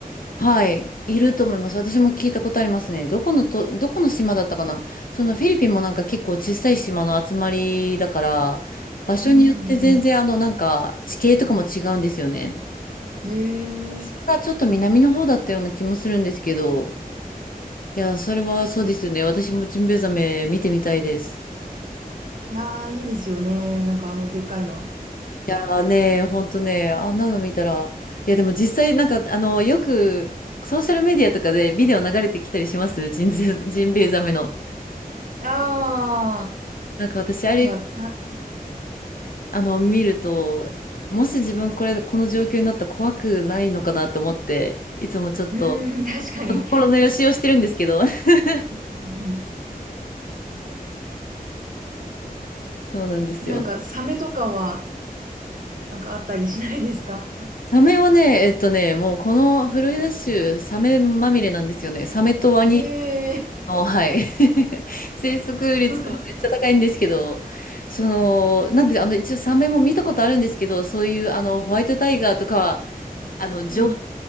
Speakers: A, on the left (about 65°); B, on the right (about 60°).
A: はい、いると思います。私も聞いたことありますね。どこのと、どこの島だったかな。そのフィリピンもなんか結構小さい島の集まりだから、場所によって全然あのなんか地形とかも違うんですよね。
B: うんうんうん。へえ。
A: 私がちょっと南の方だったような気もするんですけど、
B: い
A: いや、それはそうですよね。私もジンベエザメ見てみたいです。
B: やー、いいですよね。なんかあの、でっかいの。
A: いやーね、ほんとね、あんなの見たら、いやでも実際なんかあの、よくソーシャルメディアとかでビデオ流れてきたりしますジンゼジンベエザメの。
B: あー、
A: なんか私あれ
B: なんか、た、う
A: あの、見ると、もし自分これ、この状況になったら怖くないのかなと思って、いつもちょっと
B: ーん、<laughs> 確かに。
A: 心のよしをしてるんですけど。<laughs>
B: うんうん
A: そうなんですよ。
B: え、なんか、サメとかは、なんかあったりしないですか
A: サメはね、えっとね、もうこのフロリダ州、サメまみれなんですよね。サメとワニ
B: ええー。
A: の、はい。<laughs> 生息率がめっちゃ高いんですけど、
B: <laughs>
A: その、なんで、あの、一応サメも見たことあるんですけど、そういう、あの、ホワイトタイガーとかは、あの、上手
B: うん